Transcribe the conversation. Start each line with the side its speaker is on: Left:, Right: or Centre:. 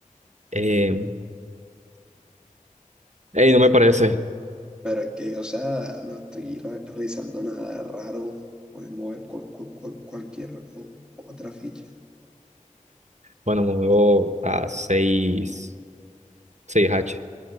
Right: Eh, ey, no me parece.
Centre: Pero es que, o sea, no estoy re- realizando nada raro. Pueden mover cual- cual- cual- cualquier o- otra ficha.
Right: Bueno, me muevo a seis, seis h